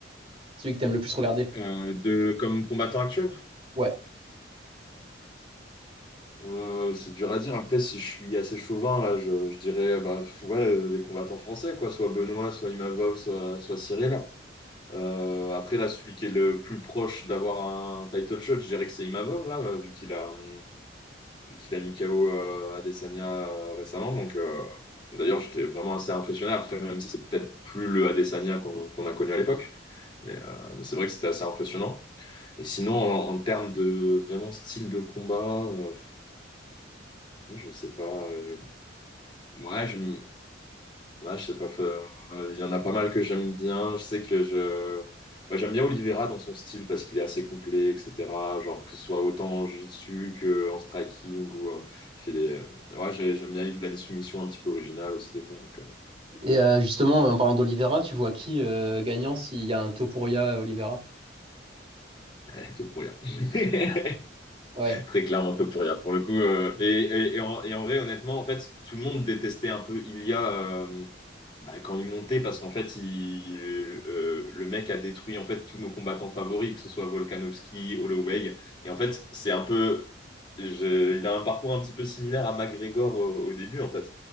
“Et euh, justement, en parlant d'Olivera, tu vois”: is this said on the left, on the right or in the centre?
Right